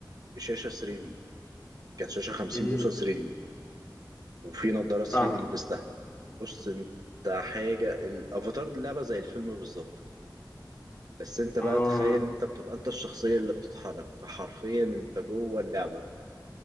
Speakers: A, on the right; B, on the left.
A: بشاشه 3 دي كانت شاشه 50
B: امم
A: بوصه 3 دي وفي نظارة 3
B: فاهمة
A: دي لبستها بص انت حاجة الافاتار دي لعبة زي الفيلم بالظبط بس انت بقى
B: اه
A: تخيل انت بتبقى انت الشخصية اللي بتتحرك فحرفيا انت جوه اللعبة